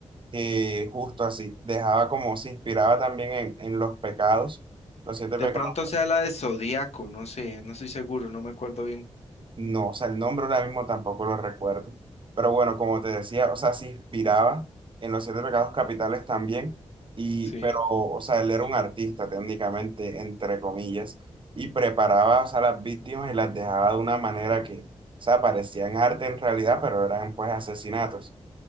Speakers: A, on the right (about 45°); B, on the left (about 65°).
A: que justo así, dejaba como, se inspiraba también en, en los pecados, los siete
B: De
A: pecados
B: pronto sea la de Zodíaco, no sé, no estoy seguro, no me acuerdo bien.
A: No, o sea, el nombre ahora mismo tampoco lo recuerdo. Pero bueno, como te decía, o sea, se inspiraba en los siete pecados capitales también, y,
B: Sí.
A: pero, o sea, él era un artista técnicamente, entre comillas, y preparaba, o sea, las víctimas y las dejaba de una manera que, o sea, parecían arte en realidad, pero eran pues asesinatos.